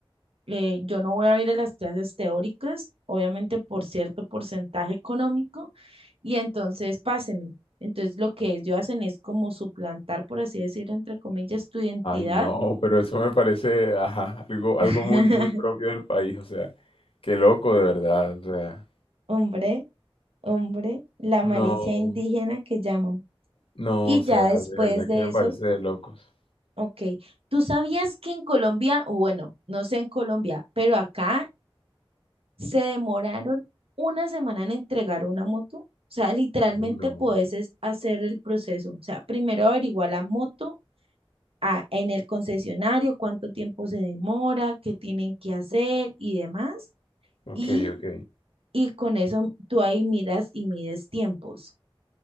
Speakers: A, on the right; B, on the left.
A: eh, yo no voy a ir a las clases teóricas, obviamente por cierto porcentaje económico, y entonces páseme. Entonces lo que ellos hacen es como suplantar, por así decirlo, entre comillas, tu identidad.
B: Ay, no, pero eso me parece, ajá, algo,
A: <laughs>
B: algo muy, muy propio del país, o sea, qué loco de verdad, o sea,
A: Hombre, hombre, la malicia
B: no,
A: indígena que llaman.
B: no,
A: Y
B: o sea,
A: ya después
B: de verdad
A: de
B: que me
A: eso,
B: parece de locos.
A: ok, ¿tú sabías que en Colombia, o bueno, no sé en Colombia, pero acá Se demoraron una semana en entregar una moto. O sea, literalmente
B: Y no,
A: puedes es hacer el proceso. O sea, primero averiguar la moto a- en el concesionario, cuánto tiempo se demora, qué tienen que hacer y demás.
B: ok,
A: Y,
B: ok.
A: y con eso tú ahí miras y mides tiempos.